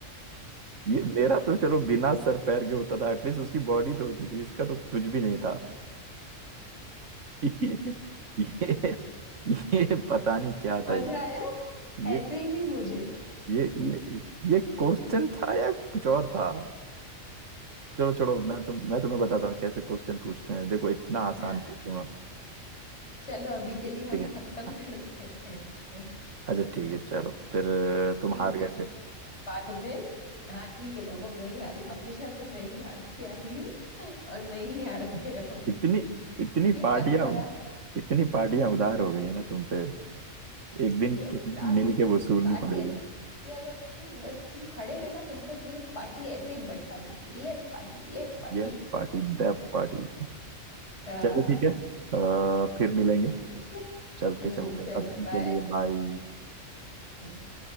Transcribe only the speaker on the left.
मजा
आया
ऐसे ही मुझे
हाँ
चलो अभी के लिए हम
खत्म करते हैं
ठीक
है
बाद में हाँ ठीक है बाबा मैं ही हारी हूँ हमेशा से मैं ही हारती आई हूँ और मैं ही हारती रहूंगी
ये
परंपरा
हम्म,
एक
साथ
सारी
ऐसे किया करूंगी बस तुम खड़े रहना तुम पे पूरी पार्टी ऐसे ही बरसा दूंगी ले पार्टी ले पार्टी
<laughs>
ठीक है
हम्म
चलो
बाय
हम्म